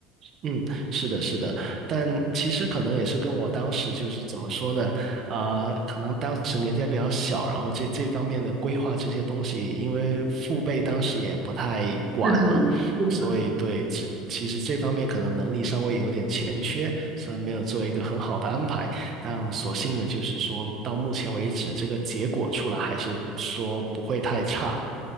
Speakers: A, on the right; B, on the right.
A: 嗯，是的，是的，但其实可能也是跟我当时就是怎么说呢，啊、可能当时年纪还比较小，然后这这方面的规划这些东西，因为父辈当时也不太管嘛，
B: 是的，是的，
A: 所以对，这其实这方面可能能力稍微有点欠缺，所以没有做一个很好的安排。但所幸的就是说到目前为止，这个结果出来还是说不会太差，